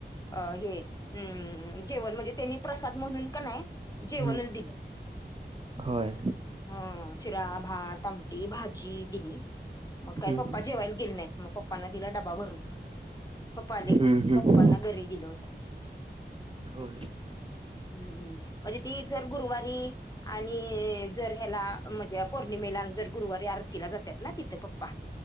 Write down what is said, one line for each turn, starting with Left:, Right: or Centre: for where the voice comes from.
Left: हे अ जेवण म्हणजे त्यांनी त्याना म्हंग का नाही जेवणच
Right: हम्म
Left: दिलं.
Right: होय
Left: हा शिरा, भात, आमटी, भाजी, दिली मग काही
Right: हम्म
Left: पप्पा जेवायला गेले नाहीत. मग पप्पांना दिला डबा भरून पप्पा आले
Right: हम्म हम्म.
Left: पप्पांना घरी दिलं होत.
Right: हो.
Left: हम्म हम् म्हणजे ती जर गुरुवारी. आणि जर ह्याला म्हणजे पौर्णिमेला दर गुरुवारी आरतीला जातात ना तिथं पप्पा.